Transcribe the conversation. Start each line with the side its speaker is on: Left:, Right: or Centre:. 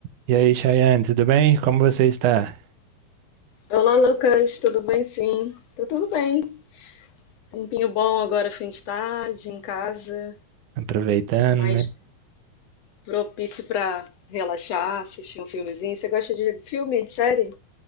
Right: E aí, Chayane, tudo bem? Como você está?
Left: Olá, Lucas, tudo bem? Sim, tá tudo bem. Tempinho bom agora, fim de tarde, em casa,
Right: Aproveitando,
Left: mais
Right: né?
Left: propício para relaxar, assistir um filmezinho. Você gosta de filme, série?